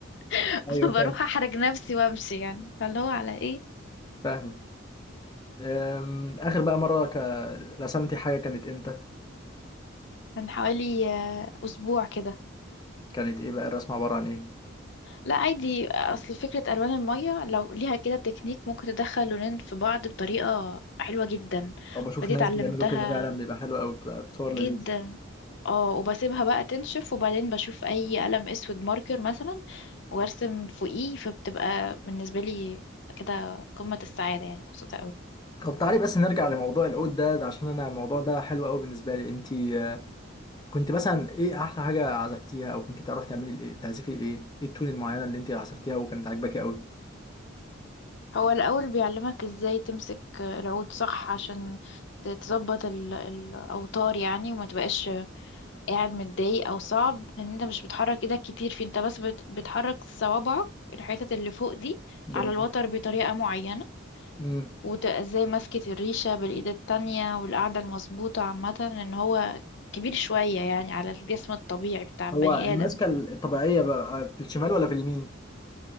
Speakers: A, on the left; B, on the left.
A: <laughs>
B: ايوه
A: فبروح
B: فاهم
A: احرج نفسي وامشي يعني فاللي هو على ايه
B: فاهم أم، اخر بقى مره ك... رسمتي حاجه كانت امتى
A: من حوالي آه، اسبوع كده
B: كانت ايه بقى الرسمه عباره عن ايه
A: لا عادي اصل فكرة الوان المية لو ليها كده تكنيك ممكن تدخل لونين في بعض بطريقة حلوة جدا
B: او بشوف
A: فدي
B: ناس
A: اتعلمتها
B: بيعملوا كده فعلا بيبقى حلو قوي بيبقى صور لذيذ
A: جدا اه وبسيبها بقى تنشف وبعدين بشوف اي قلم اسود ماركر مثلا وارسم فوقيه فبتبقى بالنسبة لي كده قمة السعادة يعني مبسوطة قوي
B: طب تعالي بس نرجع لموضوع العود ده, ده عشان انا الموضوع ده حلو قوي بالنسبه لي انت آه، كنت مثلا ايه احلى حاجه عزفتيها او كنت تعرفي تعملي الايه تعزفي ايه ايه التون المعينه اللي انت عزفتيها وكانت عاجباكي قوي
A: هو الأول بيعلمك ازاي تمسك العود صح عشان ت- تظبط ال- الأوتار يعني وما تبقاش قاعد متضايق أو صعب لأن انت مش بتحرك ايدك كتير في انت بس بت- بتحرك صوابعك الحتت اللي فوق دي
B: جميل
A: على الوتر بطريقة معينة
B: امم
A: وازاي مسكت الريشة بالإيد التانية والقعدة المظبوطة عامة لأن هو كبير شوية يعني على الجسم الطبيعي بتاع البني
B: هو المسكه
A: آدم
B: الطبيعيه بقى في الشمال ولا في اليمين